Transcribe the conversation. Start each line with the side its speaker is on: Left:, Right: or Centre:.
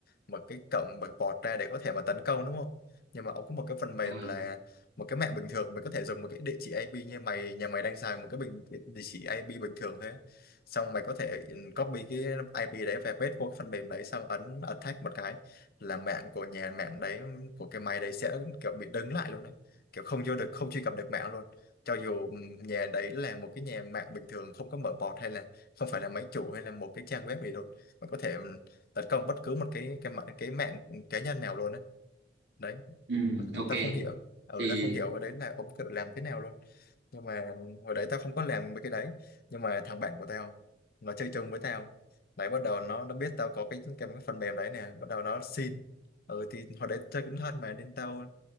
Left: một cái cổng mở port ra để có thể mà tấn công đúng không nhưng mà ông có một cái phần mềm
Right: đúng rồi
Left: là một cái mạng bình thường mới có thể dùng một cái địa chỉ IP như mày nhà mày đang xài một cái bình địa chỉ IP bình thường thôi á. xong mày có thể ừ, copy cái IP đấy về paste vô cái phần mềm đấy xong ấn attack một cái là mạng của nhà mạng đấy của cái máy đấy sẽ kiểu bị đứng lại luôn đấy kiểu không vô được không truy cập được mạng luôn cho dù ừm, nhà đấy là một cái nhà mạng bình thường không có mở port hay là không phải là máy chủ hay là một cái trang web gì luôn mình có thể ừm, tấn công bất cứ một cái cái mạng cái mạng cá nhân nào luôn đấy đấy
Right: ừ. ok
Left: ta không hiểu ừ
Right: thì
Left: ta không hiểu hồi đấy là ông tự làm thế nào luôn nhưng mà hồi đấy tao không có làm mấy cái đấy nhưng mà thằng bạn của tao nó chơi chung với tao đấy bắt đầu nó nó biết tao có cái cái phần mềm đấy nè bắt đầu nó xin ừ thì hồi đấy chơi cũng thân mà nên tao